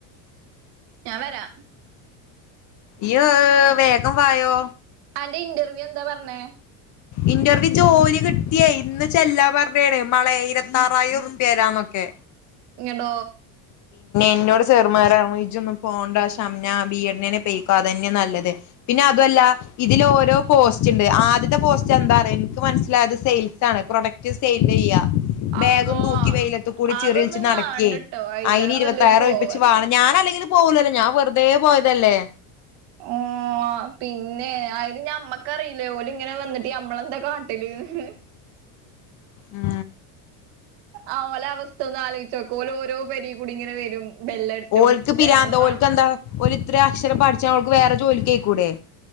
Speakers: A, on the right (about 60°); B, on the left (about 40°).
A: ഞാൻ വരാ
B: യ വേഗം വായോ
A: അന്റെ ഇന്റർവ്യൂ എന്താ പറഞ്ഞേ
B: ഇന്റർവ്യൂ ജോലി കിട്ടിയേ ഇന്ന് ചെല്ലാ പറഞ്ഞാണ് മളയ ഇരത്തിറായിരംറപി വരാന്നൊക്കെ
A: ഇങ്ങത
B: എന്നോട് സെറമാജ ഒന്നും പോണ്ട ന ബീ എടേ പേക്ക അതന്നെ നല്ലത് പിന്നെ അതല്ല ഇതില ഓരോ പോസ്റ്റ് ഉണ്ട് ആദ്യത്തെ പോസ്റ്റ് ചെന്താറ എനിക്ക് മനസ്സിലായത് സെയിൽസ് ആണ് പ്രൊഡക്റ്റ് സെയിൽ ചെയ്യ ബേഗം
A: അള്ളോ
B: തൂക്കി വെയിലത്ത കൂടി
A: അതൊന്നും
B: ചെറിച്ച് നടക്കിയേ
A: വാണ്ടട്ടോ അയിലേറെ
B: അയിന് ഇരുപത്തായിരം
A: നല്ലത് പോവാതിരി
B: ഒഴിപ്പിച്ച് വാ ഞൻ അല്ലെങ്ക പോകൂലല്ലോ ഞാൻ വെറുതെ പോയതല്ലേ
A: ഓ പിന്നെ അതിന് ഞാൻ അമ്മക്കറിയില്ലേ ഓല ഇങ്ങനെ വന്നിട്ട് ട്ട അമ്മളെന്താ കാട്ടല്ന്ന്
B: ഉം
A: ആ ഓല അവസ്ഥ ഒന്നും ആലോചിച്ചച്ച്ോക്ക ഓല ഓരോ പര കുടി ഇങ്ങനെ വരും ബെല്ലടിച്ചും
B: ഓൽക്ക് പിരാാന്ന്താ
A: നമ്മള് വാ
B: ഓൽക്ക് എന്താ ഓ ഇത്രയും അക്ഷരം പഠിച്ചാ അവഓക്ക് വേറെ ജോലിക്ക് ക കേക്കൂടെേ